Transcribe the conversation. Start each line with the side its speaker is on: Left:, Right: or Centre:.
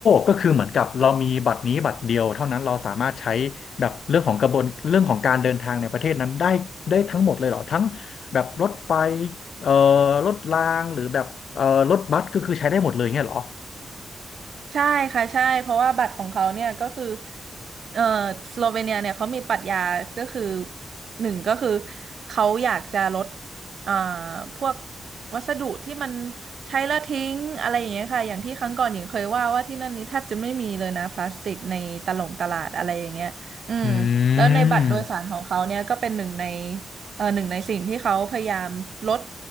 Left: ก็คือเหมือนกับเรามีบัตรนี้บัตรเดียวเท่านั้นเราสามารถใช้แบบเรื่องของกระบวนเรื่องของการเดินทางในประเทศนั้นได้ได้ทั้งหมดเลยเหรอทั้งแบบรถไฟเอ่อรถรางหรือแบบเอ่อรถบัสก็คือใช้ได้หมดเลยเงี้ยเหรอ
Right: ใช่ค่ะใช่เพราะว่าบัตรของเขาเนี่ยก็คือเอ่อสโลเวเนียเนี่ยเขามีปรัชญาก็คือหนึ่งก็คือเขาอยากจะลดอ่าพวกวัสดุที่มันใช้แล้วทิ้งอะไรอย่างเงี้ยค่ะอย่างที่ครั้งก่อนหญิงเคยว่าว่าที่นั่นนี้แทบจะไม่มีเลยนะพลาสติกในตลงตลาดอะไรอย่างเงี้ยอืมแล้วในบัตรโดยสารของเขาเนี่ยก็เป็นหนึ่งใน
Left: อืม
Right: เออหนึ่งในสิ่งที่เขาพยายามลด